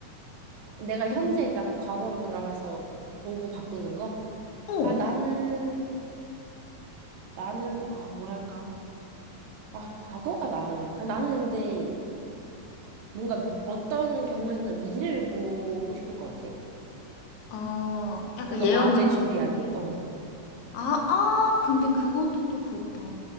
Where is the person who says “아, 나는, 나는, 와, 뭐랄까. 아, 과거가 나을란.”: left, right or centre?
Right